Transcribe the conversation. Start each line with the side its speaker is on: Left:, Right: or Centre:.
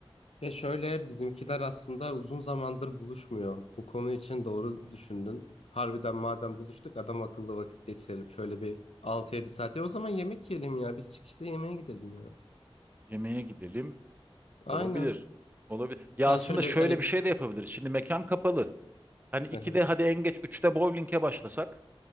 Left: Ya şöyle bizimkiler aslında uzun zamandır buluşmuyor. Bu konu için doğru düşündün. Harbiden madem buluştuk adam akıllı vakit geçirelim. Şöyle bir altı yedi saat. Ya o zaman yemek yiyelim ya. Biz çıkışta yemeğe gidelim ya.
Right: Yemeğe gidelim
Left: Aynen.
Right: olabilir. Olabilir. Ya
Left: Hani
Right: aslında
Left: şöyle
Right: şöyle
Left: hani...
Right: bir şey de yapabiliriz. Şimdi mekan kapalı. Hani 2'de
Left: Hı hı.
Right: hadi en geç üçte bowling'e başlasak.